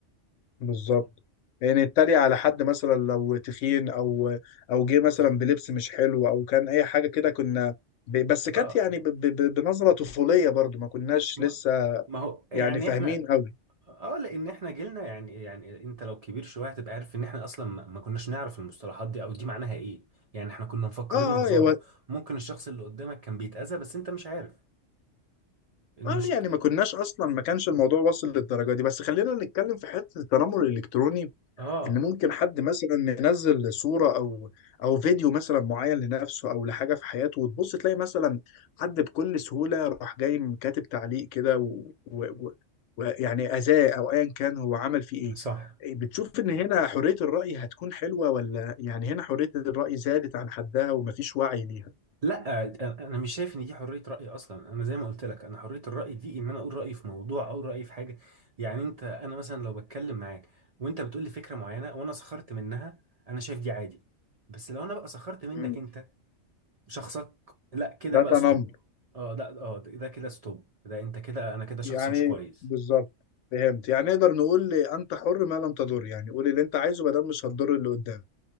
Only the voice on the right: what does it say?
بالظبط
اه
ما
ما هو يعني
احنا
اه لان احنا جيلنا يعني يعني انت لو كبير شويه هتبقى عارف ان احنا اصلا ما ما كناش نعرف المصطلحات دي او دي معناها ايه يعني احنا كنا مفكرين
هزار
ممكن الشخص اللي قدامك كان بيتأذى بس انت مش عارف المشكله
اه
صح
لا انا مش شايف ان دي حريه راي اصلا انا زي ما قلت لك انا حريه الراي دي ان انا اقول رايي في موضوع او رايي في حاجه يعني انت انا مثلا لو بتكلم معاك وانت بتقول لي فكره معينه وانا سخرت منها انا شايف دي عادي بس لو انا بقى سخرت منك
انت شخصك لا كده
بقى
ستوب اه ده اه ده ده كده ستوب ده انت كده انا كده
شخص مش كويس